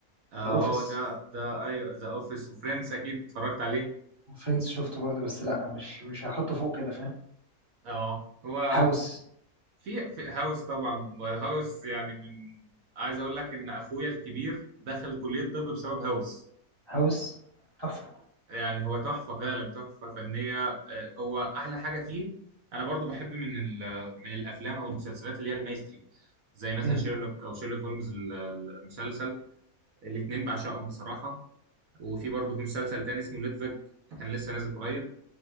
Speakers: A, on the right (about 75°); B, on the right (about 20°).
A: اه
B: ذا اوفيس
A: ده ده ايوه ذا اوفيس وفريندز اكيد اتفرجت عليه
B: وفريندز شفته برضه بس لا مش مش هحطه فوق كده فاهم
A: اه هو
B: هاوس
A: في في هاوس طبعا هاوس يعني من عايز اقول لك ان اخويا الكبير دخل كلية طب بسبب هاوس
B: هاوس تحفة
A: يعني هو تحفة فعلا تحفة فنية آه، هو احلى حاجة فيه انا برضو بحب من ال- من الافلام او المسلسلات اللي هي المايستري زي مثلا
B: امم
A: شيرلوك او شيرلوك هولمز ال- المسلسل الاتنين بعشقهم بصراحة وفي برضه في مسلسل تاني اسمه ليدفج كان لسه نازل قريب